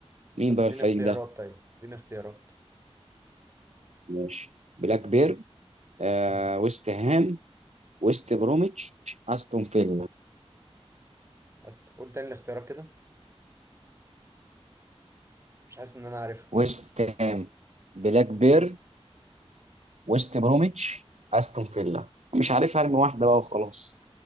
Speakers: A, on the right; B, on the right.
A: مين
B: طب
A: بقى
B: اديني
A: الفريق
B: اختيارات
A: ده
B: طيب اديني اختيارات
A: ماشي بلاك بيرن آه
B: امم
A: ويست هام ويست بروميتش استون فيلا
B: أست... قول تاني الاختيارات كده مش حاسس ان انا عارفها
A: ويست هام بلاك بير ويست بروميتش استون فيلا مش عارف ارمي واحده بقى وخلاص